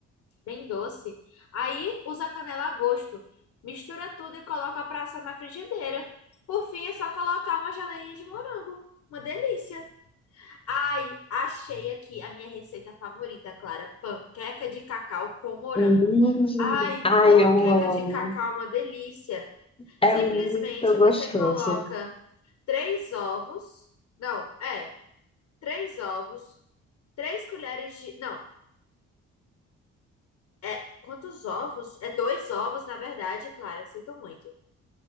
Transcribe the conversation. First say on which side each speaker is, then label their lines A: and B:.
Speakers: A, on the left; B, on the left.
A: bem doce. Aí usa canela a gosto. Mistura tudo e coloca pra assar na frigideira. Por fim, é só colocar uma geleinha de morango. Uma delícia. Ai, achei aqui a minha receita favorita, Clara. Panqueca de cacau com morango.
B: Hum.
A: Ai,
B: Ai,
A: panqueca
B: eu amo.
A: de cacau, é uma delícia.
B: É
A: Simplesmente
B: muito gostoso.
A: você coloca três ovos. Não, é, três ovos, três colheres de. Não, É, quantos ovos? É dois ovos, na verdade, Clara, sinto muito.